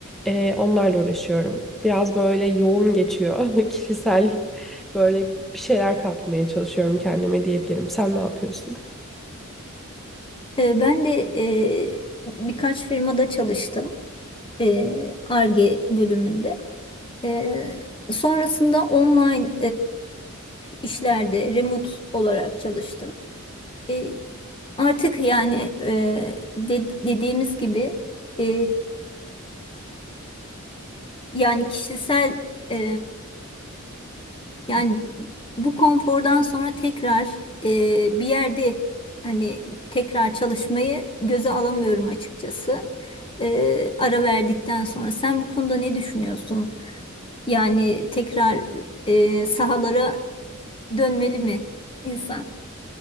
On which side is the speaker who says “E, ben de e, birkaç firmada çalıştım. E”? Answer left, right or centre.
Left